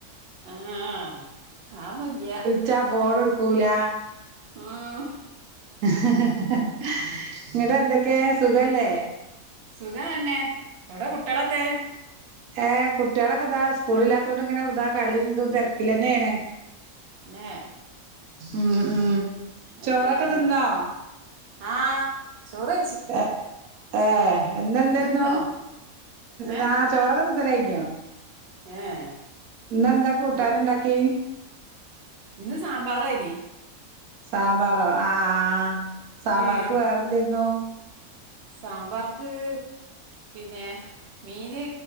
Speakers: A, on the right; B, on the right.
A: ആഹ് ആന്നും ഇല്ല.
B: വിളിച്ചാൽ ഫോൺ എടുക്കൂല്ല.
A: ആഹ്.
B: ഹെ ഹെ ഇന്നിട്ട് എന്തൊക്കെ സുഖല്ലേ?
A: സുഖയന്നെ എവിടെ കുട്ടികളൊക്കെ?
B: ഏഹ് കുട്ടികളൊക്കെ ഇന്താ സ്കൂള് ഇില്ലാത്തുകൊണ്ട് ഇങ്ങനെ ഇതാ കളീം ഇന്തും തെരക്കിലെന്നെയാണ്.
A: നെ
B: ഉം ഉം ചോറൊക്കെ
A: ഏഹ്
B: തിന്നോ?
A: ആഹ് ചോറ്
B: ഏ ഏഹ് ഇന്നെന്തരുന്നു
A: ഇജ്ജ് തിന്നോ ഏഹ്
B: ന്നാ ചൊറ് ഒക്കെ തിന്നലൽയ്ന്നോ?
A: ഏഹ്
B: ഇന്ന് എന്താ കൂട്ടാൻ
A: മോ
B: ഇണ്ടാക്കി.
A: ഇന്ന് സാമ്പാറയ്ന്.
B: സാമ്പാറോ ആഹ് ആഹ് സാമ്പാർക്ക്
A: ഉം
B: വേറെന്തായിരുന്നു.
A: സാമ്പാർക്ക് പിന്നെ മീന്